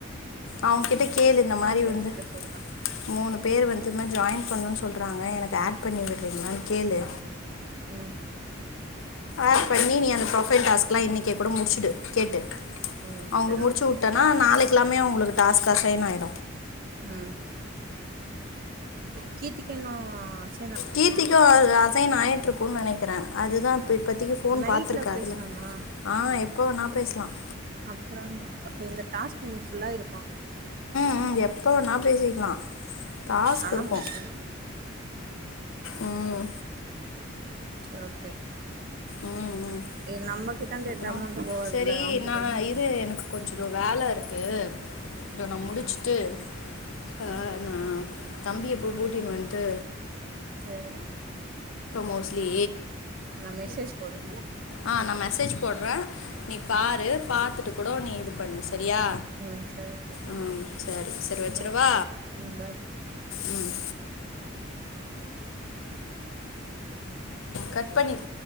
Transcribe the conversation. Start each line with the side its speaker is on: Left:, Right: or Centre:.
Left: அவுங்க கிட்ட கேளு இந்த மாரி
Right: ஃப்ரெண்ட்ஸ்
Left: வந்து
Right: கிட்ட சொல்றே
Left: மூணு பேரு வந்து இந்மாரி ஜாயின் பண்ணும்னு சொல்றாங்க எனக்கு ஆட் பண்ணி விட்றீங்களானு கேளு
Right: உம்
Left: ஆட் பண்ணி நீ அந்த ப்ரொஃபைல் டாஸ்க்லாம் இன்னைக்கே கூட முடிச்சுடு கேட்டு
Right: ம்
Left: அவுங்க
Right: சரி
Left: முடிச்சு
Right: ஓகே
Left: உட்டனா நாளைக் கு எல்லாமே உங்களுக்கு டாஸ்க் அசைன் ஆயிடு
Right: உம் கீர்த்திக்கு இன்னும் அச
Left: கீர்த்திக்கும் அ அசைன் ஆயிட்ருக்கும்னு நெனைக்கிறே அதுதா இப்ப இப்பத்திக்கு ஃபோன்
Right: நைட்ல
Left: பாத்திருக்காது
Right: பேசலாமா
Left: ஆஹ் எப்ப வேணா பேசலாம்
Right: அப்புறங்க அப்போ இந்த டாஸ்க் இன்னைக்கு ஃபுல்லா இருக்கோ
Left: உம் எப்ப வேணா பேசிக்கலா டாஸ்க்
Right: ஆனா
Left: இருக்கோ
Right: முடிச்சிடனு
Left: உம்
Right: சேர் ஓக்கே
Left: ம் ம்
Right: ஏ நம்ம கிட்ட இருந்து
Left: அப்புறம்
Right: எந்த அமௌண்ட்டும் போகாதுல்ல
Left: சரி
Right: அவுங்ககிட்ட
Left: நான்
Right: இருந்துதா வரோ
Left: இது எனக்கு கொஞ்சம் இதோ வேல இருக்கு இதே நா முடிச்சுட்டு
Right: ம்
Left: ஆஹ் நா தம்பிய போ கூட் கூட்டினு வந்து
Right: சேரி
Left: மோஸ்ட்லி
Right: நா மெசேஜ் போடு
Left: ஆஹ் நா மெசேஜ் போடுறே நீ பாரு பாத்துட்டு கூட நீ இது பண்ணு சேரியா
Right: ம் சரி ஓகே
Left: ஆஹ் சேரி சேரி
Right: சரி
Left: வெச்சுரவா
Right: பாய் ம் பாய்
Left: உம் கட் பண்ணிரு